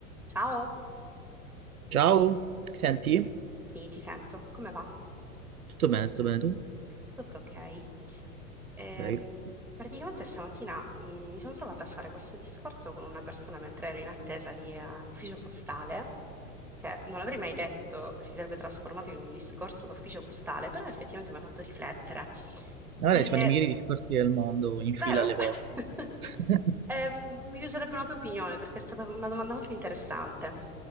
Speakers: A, in the centre; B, on the right (about 75°).
A: Ciao,
B: Ciao, senti?
A: sì, ti sento. Come va?
B: Tutto bene, tutto bene tu?
A: Tutto ok. Ehm,
B: Ok.
A: praticamente stamattina mh, mi sono trovata a fare questo discorso con una persona mentre ero in attesa lì all'ufficio postale, che non l'avrei mai detto si sarebbe trasformato in un discorso d'ufficio postale, però effettivamente mi ha fatto riflettere.
B: Guarda,
A: E
B: ci fanno i migliori discorsi del mondo in fila
A: Vero?
B: alle
A: <laughs>
B: vostre. <laughs>
A: Eh, mi piacerebbe una tua opinione perché è stata una domanda molto interessante.